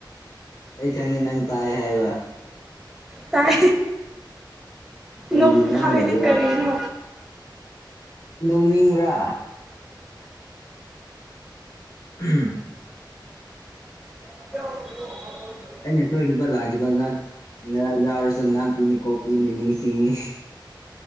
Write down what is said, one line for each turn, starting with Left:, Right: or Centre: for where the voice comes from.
Left: ꯑꯩ ꯈꯪꯉꯤ ꯅꯪ ꯇꯥꯏ ꯍꯥꯏꯕ
Centre: ꯇꯥꯏ
Left: ꯑꯩ
Centre: ꯅꯣꯛꯄ
Left: ꯉꯥꯡꯗꯕ꯭ꯔꯥ
Centre: ꯈꯥꯡꯉꯤꯅꯦ ꯀꯔꯤꯅꯣ
Left: ꯅꯧꯅꯤꯡꯕ꯭ꯔꯥ ꯎꯝ
Centre: ꯍ
Left: ꯑꯩꯅ ꯁꯣꯏꯈꯤꯕ ꯂꯥꯛꯈꯤꯕ ꯉꯍ ꯉ ꯌꯥꯎꯔꯁꯨ ꯉꯥꯛꯄꯤꯤꯅꯤꯀꯣ ꯄꯤꯅꯤ ꯅꯤꯡꯁꯤꯡꯅꯤ